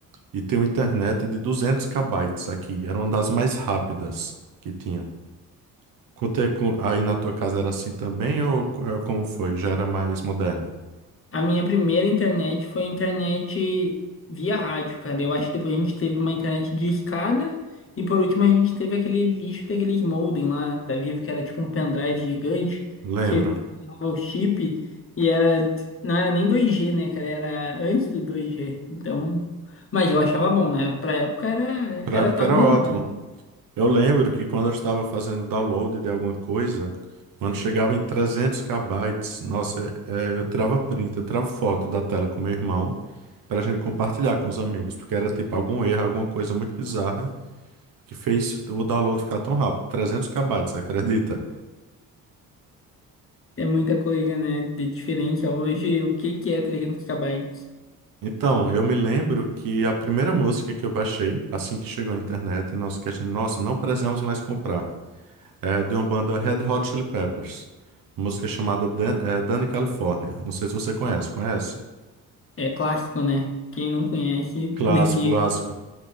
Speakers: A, on the right; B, on the left.
A: e tinha uma internet de 200 kbytes aqui. Era uma das mais rápidas que tinha. Contei com, aí na tua casa era assim também ou co- como foi? Já era mais moderno?
B: A minha primeira internet foi internet via rádio, cara. Eu acho que depois a gente teve uma internet de escada e por último a gente teve aquele lixo daqueles modem lá da Vivo que era tipo um pendrive gigante
A: Lembro.
B: que dava o chip e era não era nem dois g né, cara? Era antes do dois g Então, mas eu achava bom, né? Pra época era
A: Pra
B: era
A: época
B: top
A: era
B: de
A: ótimo.
B: linha. né?
A: Eu lembro que quando eu estava fazendo download de alguma coisa, quando chegava em 300 kbytes, nossa, é, é, eu tirava print, eu tirava foto da tela com meu irmão para a gente compartilhar com os amigos, porque era tipo algum erro, alguma coisa muito bizarra que fez o download ficar tão rápido. 300 kbytes, acredita?
B: É muita coisa, né, de diferente a hoje. O que que é 300 gigabytes
A: Então, eu me lembro que a primeira música que eu baixei, assim que chegou à internet, nós que a gente, nossa, não precisamos mais comprar. é de uma banda Red Hot Chili Peppers. Uma música chamada Dan, é, Danny California. Não sei se você conhece. Conhece?
B: É clássico, né? Quem não conhece
A: Clássico,
B: <laughs> devia
A: clássico.